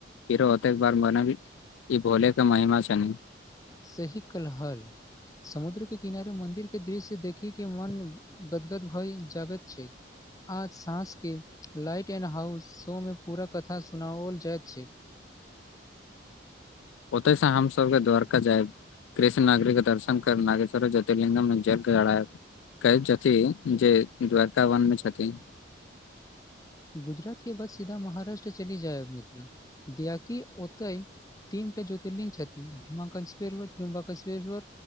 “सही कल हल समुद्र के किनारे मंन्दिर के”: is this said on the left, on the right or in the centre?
Left